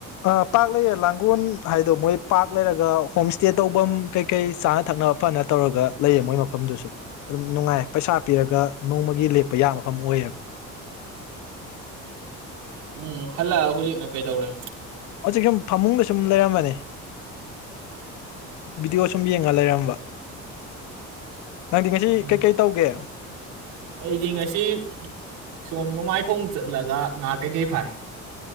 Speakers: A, on the left (about 70°); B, on the right (about 80°).
A: ꯑꯥ ꯄꯥꯛ ꯂꯩꯑꯦ ꯂꯥꯡꯒꯣꯜ ꯍꯥꯏꯗꯣ ꯃꯣꯏ ꯄꯥꯛ ꯂꯩꯔꯒ ꯍꯣꯝ ꯏꯁꯇꯦ ꯇꯧꯐꯝ ꯀꯩꯀꯩ ꯆꯥꯅ ꯊꯛꯅꯕ ꯐꯅ ꯇꯧꯔꯒ ꯂꯩꯑꯦ ꯃꯣꯏ ꯃꯐꯝꯗꯨꯁꯨ ꯑꯗꯨꯝ ꯅꯨꯡꯉꯥꯏꯌꯦ ꯄꯩꯁꯥ ꯄꯤꯔꯒ ꯅꯣꯡꯃꯒꯤ ꯂꯦꯛꯄ ꯌꯥ ꯃꯐꯝ ꯑꯣꯏꯌꯦꯕ
B: ꯎꯝ ꯍꯜꯂꯛꯑ ꯍꯧꯖꯤꯛꯅ ꯀꯩ ꯇꯧꯔꯤ
A: ꯍꯧꯖꯤꯛ ꯁꯨꯝ ꯐꯃꯨꯡꯒ ꯁꯨꯝ ꯂꯩꯔꯝꯕꯅꯤ ꯚꯤꯗꯤꯑꯣ ꯁꯨꯝ ꯌꯦꯡꯉꯒ ꯂꯩꯔꯝꯕ ꯅꯪꯗꯤ ꯉꯁꯤ
B: ꯎꯝ
A: ꯀꯩꯀꯩ ꯇꯧꯒꯦ
B: ꯑꯩꯗꯤ ꯉꯁꯤ ꯁꯣꯝ ꯅꯣꯡꯃꯥꯏꯈꯣꯡ ꯆꯠꯂꯒ ꯉꯥ ꯀꯩꯀꯩ ꯐꯥꯏ